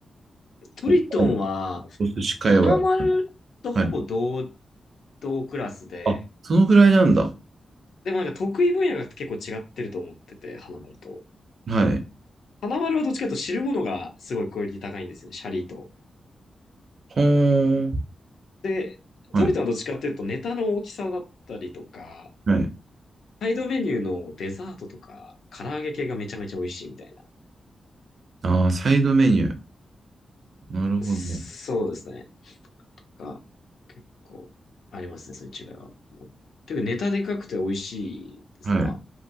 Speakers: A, on the left; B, on the right.
A: トリトンは、
B: おお寿司界隈。
A: 花丸とほぼ同
B: はい。
A: 等クラスで、
B: あ、そのぐらいなんだ。
A: でもなんか得意分野が結構違ってると思ってて、花丸と。
B: はい。
A: 花丸はどっちかというと知るものがすごいクオリティ高いんですよね、シャリと。
B: ほーん。
A: で、
B: はい。
A: トリトはどっちかというとネタの大きさだったりとか、
B: はい。
A: サイドメニューのデザートとか、唐揚げ系がめちゃめちゃ美味しいみたいな。
B: ああ、サイドメニュー。なるほど。
A: そうですね。が、結構ありますね、そういう違いは。まあというかネタでかくて美味しいですね。
B: はい。
A: まあ、